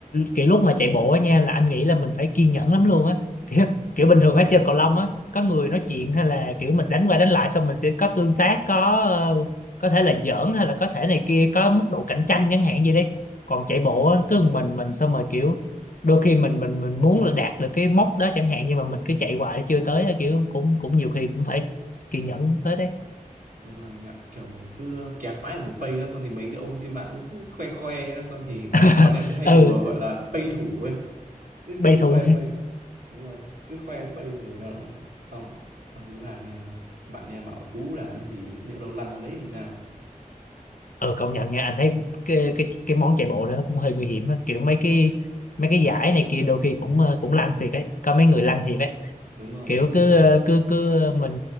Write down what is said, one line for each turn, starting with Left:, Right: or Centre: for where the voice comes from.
Left: kiểu lúc mà chạy bộ á nha là anh nghĩ là mình phải kiên nhẫn lắm luôn á kiểu, kiểu bình thường á chơi cầu lông á có người nói chuyện hay là kiểu mình đánh qua đánh lại xong mình sẽ có tương tác có ờ, có thể là giỡn hay là có thể này kia có mức độ cạnh tranh chẳng hạn gì đấy còn chạy bộ á cứ một mình mình xong rồi kiểu đôi khi mình mình mình muốn là đạt được cái mốc đó chẳng hạn nhưng mà mình cứ chạy hoài chưa tới á, kiểu cũng cũng nhiều khi cũng phải kiên nhẫn tới đấy
Right: Đúng rồi anh ạ, kiểu mình cứ kẹt mãi ở một pace á, xong thì mấy cái ông trên mạng cũng cứ khoe khoe á, xong thì
Left: <laughs>
Right: bọn em cứ hay đùa
Left: ừ
Right: gọi là pace thủ ấy, cứ
Left: bay
Right: cứ
Left: thù
Right: khoe pace. Đúng rồi, cứ khoe pace này nọ xong xong đứa bạn em bạn em bảo đú là làm gì nhỡ đâu lăn ra đấy thì sao?
Left: ừ công nhận nha anh thấy cái cái cái món chạy bộ đó nó cũng hơi nguy hiểm á. kiểu mấy cái mấy cái giải này kia đôi khi cũng ờ, cũng lăn thiệt ấy có mấy người lăn thiệt ấy
Right: Đúng rồi,
Left: kiểu
Right: bởi vì
Left: cứ
Right: là
Left: ờ, cứ cứ mình